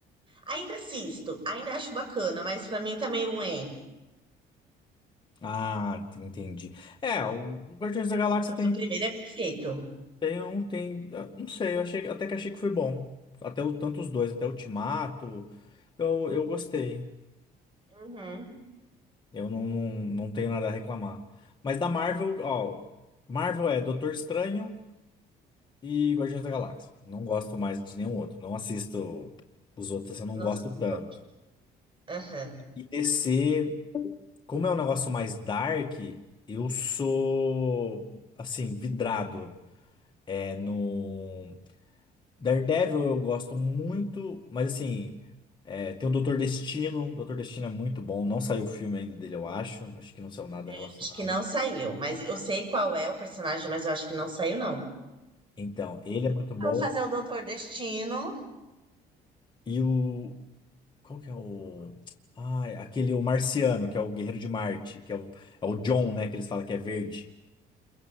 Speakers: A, on the right; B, on the left.
A: Ainda assisto, ainda acho bacana, mas pra mim tá meio é.
B: Ah, te- entendi. É, o Guardiões da Galáxia
A: Mas
B: tem,
A: o primeiro é perfeito.
B: tem, um, tem, ah, não sei, eu achei, até que achei que foi bom. Até o, tanto os dois, até o Ultimato, eu, eu gostei.
A: Uhum.
B: Eu não, não, não tenho nada a reclamar. Mas da Marvel, ó, Marvel é Doutor Estranho, E Guardiões da Galáxia. Não gosto mais de nenhum outro. Não assisto os outros, eu não
A: Não
B: gosto
A: sei
B: tanto.
A: outro. Aham.
B: E DC, como é um negócio mais dark, eu sou, assim, vidrado. É, no Daredevil eu gosto muito, mas assim, é, tem o Doutor Destino. O Doutor Destino é muito bom. Não saiu o filme ainda dele, eu acho. Acho que não saiu nada
A: Eu
B: relacionado.
A: acho que não saiu, mas eu sei qual é o personagem, mas eu acho que não saiu, não.
B: Então, ele é muito bom.
A: Pra fazer o Doutor Destino.
B: E o Qual que é o. Ai, aquele o marciano, que é o Guerreiro de Marte, que é o, é o John, né? Que eles falam que é verde.